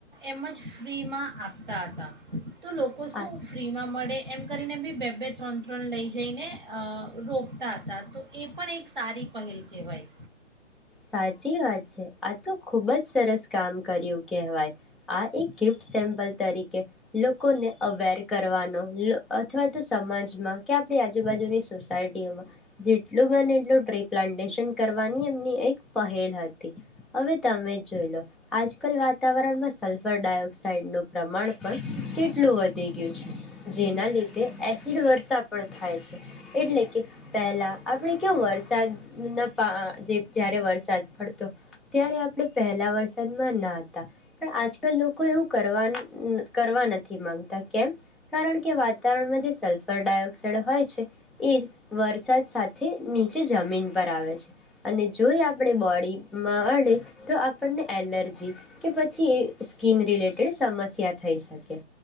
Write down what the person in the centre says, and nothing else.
આ
સાચી વાત છે આ તો ખુબ જ સરસ કામ કર્યું. કહેવાય આ એક ગિફ્ટ સેમપલ તરીકે લોકોને અવેર કરવાનો અથવા તો સમાજમાં કે આપણી આજુબાજુની સોસાયટીઓમાં જેટલું બને એટલું ટ્રી પ્લાન્ટેશન કરવાની એમની એક પહેલ હતી હવે તમે જોઈ લો આજકાલ વાતાવરણમાં સલ્ફર ડાયોક્સાઇડનું પ્રમાણ પણ કેટલું વધી ગયું છે જેના લીધે એસિડ વર્ષા પણ થાય છે એટલે કે પહેલા આપણે કેવું વરસાદના પા જે જ્યારે વરસાદ પડતો ત્યારે આપણે પહેલાં વરસાદમાં નાહતા પણ આજકાલ લોકો એવું કરવા કરવા નથી માગતા કેમ કારણ કે વાતાવરણમાં જે સલ્ફર ડાયોક્સાઇડ હોય છે એ જ વરસાદ સાથે નીચે જમીન પર આવે છે અને જો એ આપણે બોડીમાં અડે તો આપણને એલર્જી કે પછી એ સ્કીન રિલેટેડ સમસ્યા થઈ શકે